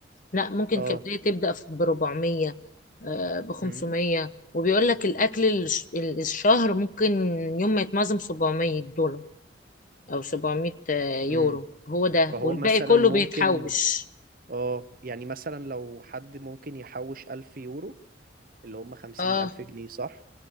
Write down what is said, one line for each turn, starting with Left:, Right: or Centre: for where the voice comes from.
Left: لا ممكن
Right: اه
Left: كبداية تبدأ في- ب 400 آه، ب 500
Right: امم
Left: وبيقول لك الأكل الش- الشهر ممكن يوم ما يتنظم 700 دولار أو 700 آه، يورو
Right: امم
Left: هو ده
Right: فهو
Left: والباقي
Right: مثلا
Left: كله
Right: ممكن
Left: بيتحوش
Right: اه يعني مثلا لو حد ممكن يحوش ألف يورو اللي هم خمسين
Left: اه
Right: ألف جنيه صح؟